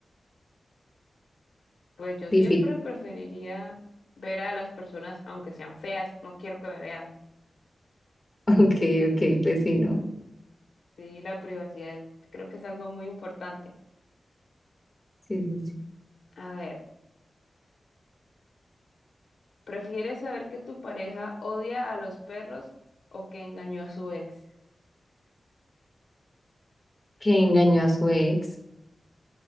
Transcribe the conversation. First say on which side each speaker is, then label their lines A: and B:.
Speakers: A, on the left (about 70°); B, on the left (about 20°).
A: Pues yo
B: Difícil.
A: siempre
B: <laughs>
A: preferiría ver a las personas, aunque sean feas, no quiero que me vean.
B: Ok, ok, pues sí, ¿no?
A: Sí, la privacidad creo que es algo muy importante.
B: Sí, sí, sí.
A: A ver, ¿prefieres saber que tu pareja odia a los perros o que engañó a su ex?
B: Que engañó a su ex.